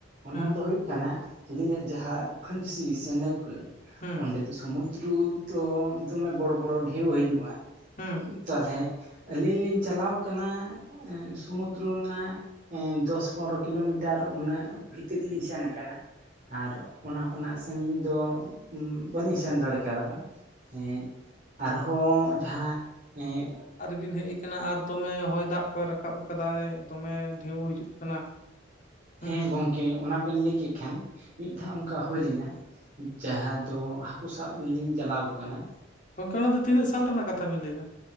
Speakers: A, on the right (about 45°); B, on the left (about 40°).
A: ᱚᱱᱟ
B: ᱦᱩᱸ
A: ᱫᱚ ᱦᱩᱭᱩᱜ ᱠᱟᱱᱟ, ᱟᱹᱞᱤᱧᱟᱜ ᱡᱟᱦᱟ ᱯᱷᱟᱹᱱᱥᱤ ᱥᱮ ᱱᱟᱹᱣᱠᱟᱹ,
B: ᱦᱩᱸ
A: ᱚᱸᱰᱮ ᱥᱩᱢᱩᱫᱽᱩᱨᱩ ᱫᱚ ᱫᱚᱢᱮ ᱵᱚᱲᱚ ᱵᱚᱲᱚ ᱰᱷᱮᱣ ᱦᱤᱡᱩᱜᱼᱟ,
B: ᱦᱩᱸ᱾
A: ᱛᱟᱞᱦᱮ ᱟᱹᱞᱤᱧ ᱞᱤᱧ ᱪᱟᱞᱟᱣ ᱟᱠᱟᱱᱟ, ᱮᱸ ᱥᱩᱢᱩᱫᱽᱩᱨᱩ ᱨᱮᱱᱟᱜ ᱮᱸ ᱫᱚᱥ ᱯᱚᱱᱨᱚ ᱠᱤᱞᱳᱢᱤᱴᱟᱨ ᱩᱱᱟᱹᱜ ᱵᱷᱤᱛᱤᱨ ᱞᱤᱧ ᱥᱮᱱ ᱟᱠᱟᱱᱟ, ᱟᱨ ᱚᱱᱟ ᱠᱷᱚᱱᱟᱜ ᱥᱟᱺᱜᱤᱧ ᱫᱚ ᱩᱸ ᱵᱟᱹᱞᱤᱧ ᱥᱮᱱ ᱫᱟᱲᱮ ᱠᱟ ᱣᱟᱫᱟ, ᱦᱮᱸᱡ ᱟᱨᱦᱚ ᱡᱟᱦᱟᱸ ᱮᱸᱜ
B: ᱟᱨ ᱵᱤᱱ ᱦᱮᱡ ᱮᱠᱟᱱᱟ ᱟᱨ ᱫᱚᱢᱮ ᱦᱚᱭ ᱫᱟᱜ ᱠᱚᱭ ᱨᱟᱠᱟᱵ ᱟᱠᱟᱫᱟᱭ ᱫᱚᱢᱮ ᱰᱷᱮᱣ ᱦᱤᱡᱩᱜ ᱠᱟᱱᱟ᱾ ᱦᱩᱸ
A: ᱦᱮᱸ ᱜᱚᱝᱠᱮ ᱚᱱᱟ ᱵᱮᱱ ᱞᱟᱹᱭ ᱠᱮᱜ ᱠᱷᱟᱱ ᱢᱤᱫ ᱫᱷᱟᱣ ᱚᱸᱠᱟ ᱦᱩᱭ ᱞᱮᱱᱟ, ᱡᱟᱦᱟ ᱫᱚ ᱦᱟᱹᱠᱩ ᱥᱟᱵ ᱞᱤᱧ ᱪᱟᱞᱟᱣᱟᱠᱟᱱᱟ,
B: ᱜᱚᱝᱠᱮ ᱚᱱᱟ ᱫᱚ ᱛᱤᱱᱟᱹᱜ ᱥᱟᱞ ᱨᱮᱱᱟᱜ ᱠᱟᱛᱷᱟ ᱵᱤᱱ ᱞᱟᱹᱭ ᱮᱫᱟ?